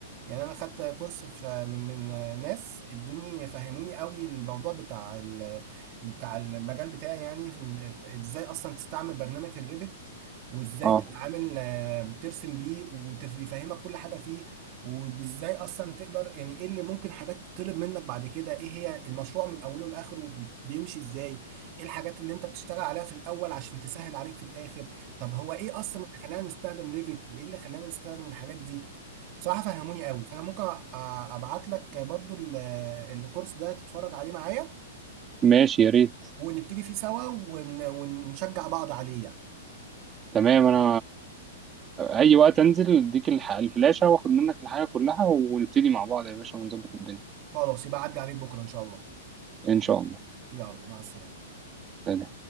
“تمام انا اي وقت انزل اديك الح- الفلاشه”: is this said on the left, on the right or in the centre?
Right